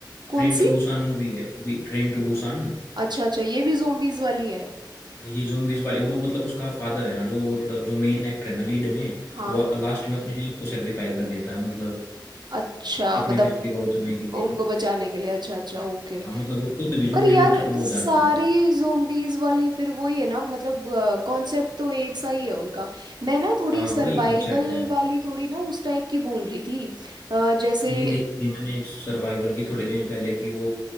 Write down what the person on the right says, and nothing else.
कौन
सी
अच्छा अच्छा ये भी जोम्बीज वाली है
हाँ
अच्छा
मतलब
उनको बचाने के लिए अच्छा अच्छा ओके
पर यार
सारी
जोम्बीज वाली फिर वही है ना मतलब कॉन्सेप्ट तो एक सा ही है उनका मैं ना थोड़ी
सर्वाइवल
वाली थोड़ी ना उस टाइप की बोल रही थी अ, जैसे